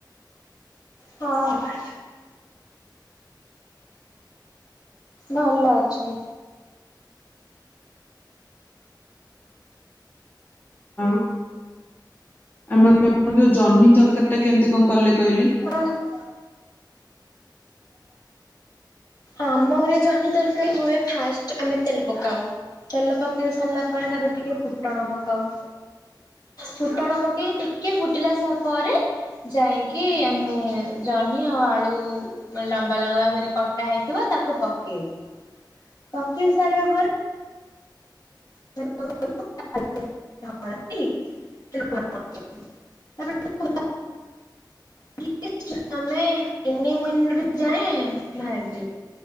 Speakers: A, on the left; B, on the left.
A: ହଁ। ଭଲ ଅଛନ୍ତି।
B: ଆଉ ଆମର ତ ଆପଣ ଯୋଉ ଜହ୍ନି ତରକାରୀଟା କେମତି କଣ କଲେ କହିଲେ?
A: <unintelligible> ଆମ ଘରେ ଜହନି ତରକାରୀ ହୁଏ ଫାଷ୍ଟ ଆମେ ତେଲ ପକାଉ। ତେଲ ପକେଇ ସାରିଲା ପରେ ତା ଦେହ ରେ ଟିକେ ଫୁଟଣ ପକାଉ। ଫୁଟଣ ପକେଇକି ଟିକେ ଫୁଟିଲା ସ ପରେ ଯାଇକି ଆମେ ଜହ୍ନି ଆଉ ଆଳୁ ମେ ଲମ୍ବା ଲମ୍ବା କରି କଟା ହେଇଥିବ ତାକୁ ପକେଇବୁ ପକେଇ ସାରିବା ପରେ <unintelligible> <unintelligible> ଏଟଲିଷ୍ଟ ତମେ ତିନି ମିନିଟ ଯାଇ ଭାଇ